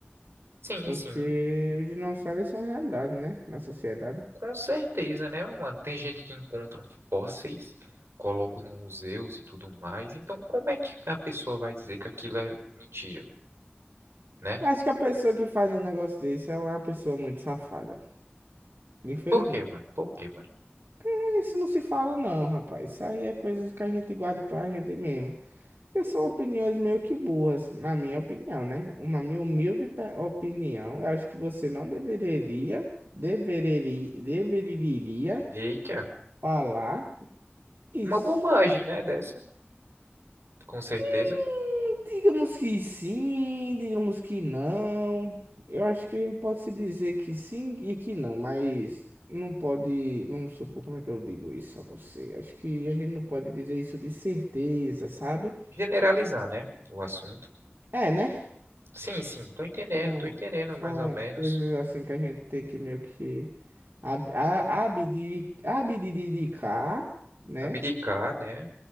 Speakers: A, on the right; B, on the right.
A: Sim,
B: porque
A: sim.
B: os dinossauros são realidade, né? Na sociedade.
A: Com certeza, né, meu mano? Tem gente que encontra fósseis, colocam no museus e tudo mais. Então, como é que a pessoa vai dizer que aquilo é mentira, né?
B: Eu acho que a pessoa que faz um negócio desse é uma pessoa muito safada. Infelizmente.
A: Por quê, mano? Por quê, mano?
B: É, Isso não se fala, não, rapaz. Isso aí é coisas que a gente guarda pra gente mesmo. Porque são opiniões meio que burras, na minha opinião, né? Uma minha humilde pe- opinião. Eu acho que você não deveria, deveria, deveria
A: Eita,
B: falar isso.
A: uma bobagem, né, dessa? Com certeza.
B: Hum, Digamos que sim, digamos que não. Eu acho que a gente pode se dizer que sim e que não, mas não pode. Vamos supor, como é que eu digo isso a você? Acho que a gente não pode dizer isso de certeza, sabe?
A: Generalizar, né, o assunto.
B: É, né?
A: Sim, sim, tô entendendo,
B: São,
A: tô entendendo
B: são
A: mais ou menos.
B: coisas assim que a gente tem que meio que ab- a- abdi- abdicar, né?
A: Abdicar, né?